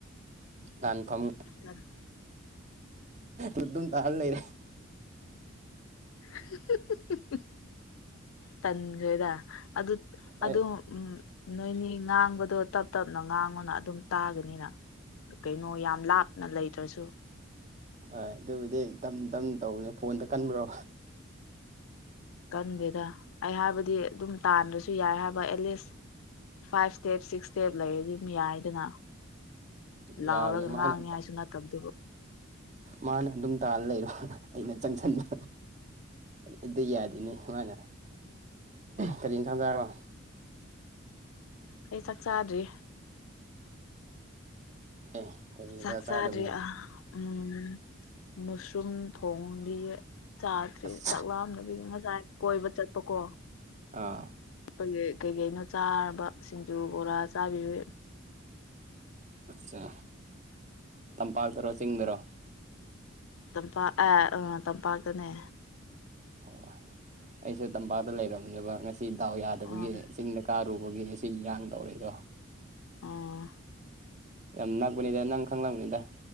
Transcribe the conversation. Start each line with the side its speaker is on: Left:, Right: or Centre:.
Right: ꯀꯥꯟ ꯐꯝ
Left: ꯑꯝ
Right: ꯑꯗꯨꯝ ꯇꯥꯅ ꯂꯩꯔꯦ
Left: <unintelligible> ꯇꯟ꯭ꯔꯦꯗ ꯑꯗꯨ ꯑꯗ
Right: ꯑꯩ
Left: ꯎꯝ ꯅꯣꯏꯅꯤ ꯉꯥꯡꯕꯗꯣ ꯇꯞ ꯇꯞꯅ ꯉꯥꯡꯉꯨꯅ ꯑꯗꯨꯝ ꯇꯥꯒꯅꯤꯅ ꯀꯩꯅꯣ ꯌꯥꯝ ꯂꯥꯞꯅ ꯂꯩꯇ꯭ꯔꯁꯨ
Right: ꯍꯣꯏ ꯑꯗꯨꯕꯨꯗꯤ ꯇꯞ ꯇꯞꯅ ꯇꯧꯅꯦ ꯐꯣꯟꯗ ꯀꯟꯕ꯭ꯔꯣ
Left: ꯀꯟꯗꯦꯗ ꯑꯩ ꯍꯥꯏꯕꯗꯤ ꯑꯗꯨꯝ ꯇꯥꯟꯥꯟꯕꯁꯨ ꯌꯥꯏ ꯍꯥꯏꯕ at least five step six step ꯂꯩ ꯑꯗꯨꯝ ꯌꯥꯏꯗꯅ ꯂꯥꯎꯔꯒ
Right: ꯌꯥꯕꯅꯤ ꯃꯥꯅ
Left: ꯉꯥꯡꯅꯤ ꯍꯥꯏꯁꯨ ꯅꯠꯇꯕꯗꯨꯕꯨ
Right: ꯃꯥꯅ ꯑꯗꯨꯝ ꯇꯥꯅ ꯂꯩꯔꯣ ꯑꯩꯅ ꯆꯪꯁꯤꯟꯕ ꯑꯗꯨꯗ ꯌꯥꯗꯅꯤ ꯃꯥꯅ ꯀꯔꯤ ꯏ ꯊꯝꯖ ꯍꯥꯏꯔꯑꯣ
Left: ꯑꯩ ꯆꯥꯛ ꯆꯥꯗ꯭ꯔꯤ
Right: ꯑꯦ ꯀꯔꯤꯗ
Left: ꯆꯥꯛ
Right: ꯆꯥꯗꯕꯅꯣ
Left: ꯆꯥꯗ꯭ꯔꯤ ꯑ ꯎꯝ ꯃꯨꯁꯔꯨꯝ ꯊꯣꯡꯕꯤ ꯆꯥꯗ꯭ꯔꯔꯤ
Right: ꯑꯁ
Left: ꯆꯥꯛꯂꯥꯝꯗꯕꯤꯒꯤ ꯉꯁꯥꯏ ꯀꯣꯏꯕ ꯆꯠꯄꯀꯣ
Right: ꯑꯥ
Left: ꯑꯩꯈ ꯀꯩꯀꯩꯅꯣ ꯆꯥꯔꯕ ꯁꯤꯡꯖꯨ ꯕꯣꯔꯥ ꯆꯥꯕꯤꯌꯨ
Right: ꯑꯆꯥ ꯇꯝꯄꯥꯛꯇꯔꯣ ꯆꯤꯡꯗꯔꯣ
Left: ꯇꯝꯄꯥꯛ ꯑꯦ ꯎ ꯇꯝꯄꯥꯛꯇꯅꯦ
Right: ꯑꯣ ꯑꯩꯁꯨ ꯇꯝꯄꯥꯛꯇ ꯂꯩꯔꯝꯅꯦꯕ ꯉꯁꯤ ꯗꯥꯎ ꯌꯥꯗꯕꯒꯤ
Left: ꯎꯝ
Right: ꯆꯤꯡꯗ ꯀꯥꯔꯨꯕ ꯇꯒꯤ ꯑꯁꯤ ꯏꯔꯥꯡ ꯇꯧꯔꯦꯗꯣ
Left: ꯎꯝ
Right: ꯌꯥꯝ ꯅꯛꯄꯅꯤꯗ ꯅꯪ ꯈꯪꯂꯛꯅꯕꯅꯤꯗ